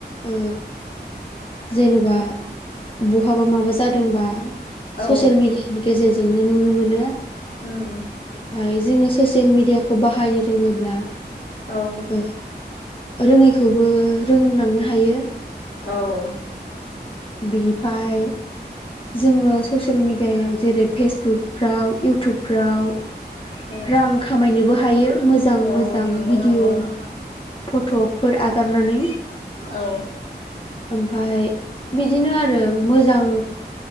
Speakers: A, on the left (about 30°); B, on the left (about 85°).
A: ओ जेनेबा बहाबा माबा जादोंबा
B: औ
A: ससियेल मिडियानि गेजेरजोंनो नुनो मोनो ओमफ्राय
B: उम
A: जोंङो ससियेल मिडियाखौ बाहायनो रोङोब्ला
B: औ
A: ओ रोङैखौबो रोंलांनो हायो
B: औ
A: बिनिफाय जोङो ससियेल मिडियायाव जेरै फेसबुकफ्राव इउटुबफ्राव
B: उम
A: रां खामायनोबो हायो मोजां
B: औ
A: मोजां
B: नंगौ
A: भिडिय'
B: नंगौ नोंथां
A: फट'फोर आगारनानै
B: औ
A: ओमफाय बिदिनो आरो मोजां